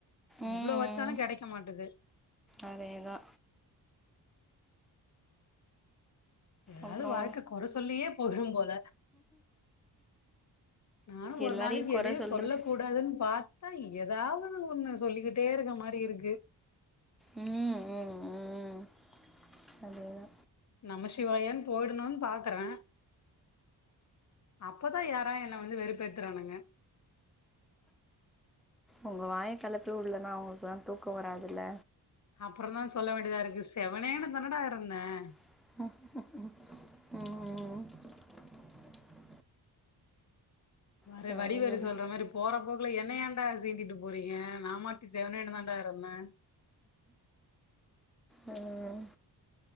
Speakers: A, in the centre; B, on the left.
A: ம்
B: எவ்ளோ வச்சாலும்
A: ம்
B: கெடைக்க மாட்டது
A: அதேதா
B: எதாவது
A: அப்றோ
B: வாழ்க்க கொற சொல்லியே போய்டும்போல நானு ஒரு
A: எல்லாரையு
B: நாளைக்கு
A: கொற
B: எதையும்
A: சொல்றது
B: சொல்லக் கூடாதுன்னு பாக் <unintelligible> ஏதாவது ஒண்ணு சொல்லிக்கிட்டே இருக்க மாரி இருக்கு
A: உம் உம் உம் அதேதா
B: நமசிவாயன்னு போயிடணுன்னு பாக்கறே அப்பதா யாரா என்ன வந்து வெறுப் பேத்துறானுங்க
A: உங்க வாய கிளப்பி விடலன்னா அவங்களுக்குல்லாம் தூக்கம் வராதுல்ல
B: அப்புறம் தான் சொல்ல வேண்டியதா இருக்கு செவனேன்னு தன்னடா இருந்தேன்
A: ம்ம்ம்
B: வ
A: சரி
B: வடிவேல்
A: சரி
B: சொல்ற மாரி போறப்போகு இதுல என்னை ஏண்டா சீண்டிட்டு போறீங்க நான மாத்திச்சேவனனுன்தாடா இருந்தே
A: ம்ம்